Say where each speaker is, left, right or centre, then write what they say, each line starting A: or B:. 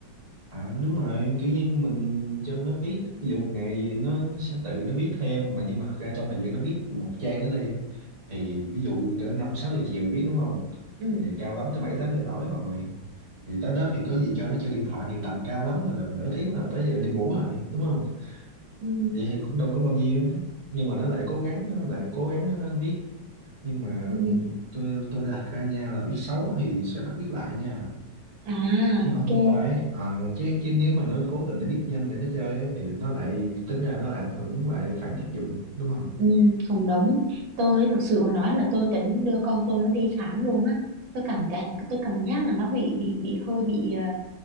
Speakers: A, on the right (about 20°); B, on the right (about 80°).
A: À đúng rồi, kiểu như mình cho nó viết, ví dụ một ngày gì nó, nó sẽ tự nó viết thêm mà nhưng mà thật ra trong thời gian nó viết một trang đó đi thì ví dụ cỡ 5 6 giờ chiều viết đúng không?
B: Ừ,
A: Thì cao lắm tới 7 8 giờ tối rồi. Thì tới đó thì có gì cho nó chơi điện thoại thì tầm cao lắm là tầm nửa tiếng là tới giờ đi ngủ rồi, đúng không?
B: ừ,
A: Vậy thì cũng đâu có bao nhiêu. Nhưng mà nó lại cố gắng nó lại cố gắng nó viết nhưng mà
B: ừ.
A: tôi tôi lại đặt ra nha là viết xấu thì sẽ bắt viết lại nha
B: À,
A: chứ
B: ok,
A: không cái ờ, chứ chứ nếu mà nó cố tình để biết nhanh để nó chơi ấy, thì nó lại tính ra nó lại ảnh hưởng lại phản tác dụng đúng không
B: ừ, cũng đúng. Tôi thực sự mà nói là tôi tính đưa con tôi nó đi khám luôn á. Tôi cảm cái, tôi cảm giác là nó bị bị bị hơi bị ờ,